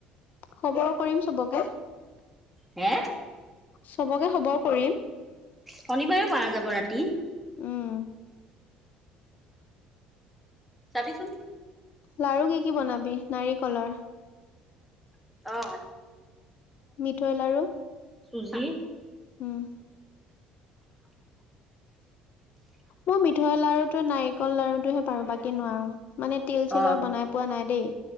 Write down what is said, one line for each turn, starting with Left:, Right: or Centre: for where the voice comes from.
Left: খবৰ কৰিম চবকে।
Centre: হে
Left: চবকে খবৰ কৰিম।
Centre: শনিবাৰে পাৰা যাব, ৰাতি।
Left: উম।
Centre: যাবিচোন।
Left: লাৰু কি কি বনাবি, নাৰিকলৰ?
Centre: আহ।
Left: মিঠৈ লাড়ু।
Centre: চুজি।
Left: উম। মই মিঠৈ লাৰুটো নাৰিকল লডাৰুটোহে পাৰো, বাকী নোৱাৰো। মানে তিল চিলৰ
Centre: অ
Left: বনাই পোৱা নাই দেই